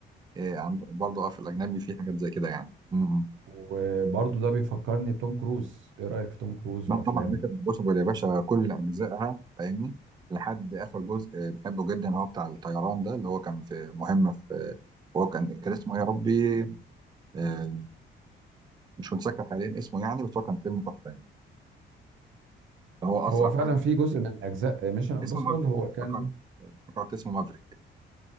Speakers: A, on the right; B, on the right.
A: إيه عنده برضه اه في الاجنبي في حاجات زي كده يعني امم.
B: وبرضه ده بيفكرني بتوم كروز ايه رأيك في توم كروز
A: لا
B: وافلامه
A: طبعا باشا بص يا باشا كل اجزائها فاهمني لحد اخر جزء آه، بحبه جدا اللي هو بتاع الطيران ده اللي هو كان في مهمه في هو كان كان اسمه ايه يا ربي آه، مش متذكر حاليا اسمه يعني بس هو كان فيلم تحفه يعني آه، هو
B: هو
A: اسرع
B: فعلا
A: حد
B: في جزء من اجزاء ميشن امبوسيبل
A: اسمه مافريك
B: هو كان
A: افتكرت افتكرت اسمه مافريك